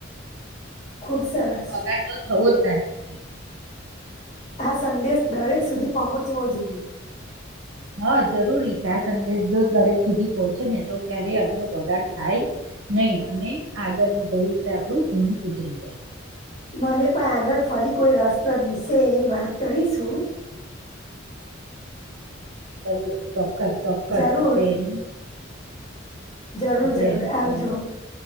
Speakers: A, on the left (about 25°); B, on the right (about 75°).
A: ખુબ સરસ
B: અન્ન નો બગાડ તો થવું જ ના જોઈએ
A: આ સંદેશ દરેક સુધી પહોંચવો જોઈએ.
B: હા જરૂરી છે આ સંદેશ જો દરેક સુધી પહોંચે ને તો ક્યારેય અન્નો બગાડ થાય નહી અને આગળનું ભવિષ્ય આપણું ઘણું સુધરી જાય.
A: મને પણ આગળ ફરી કોઈ રસપ્રદ વિશે વાત કરીશું.
B: હમ <inaudible> કરું ચોક્કસ ચોક્કસ
A: જરૂર
B: આપડે એની
A: જરૂર
B: આપણે
A: જરૂર
B: એની
A: આવજો
B: ફરી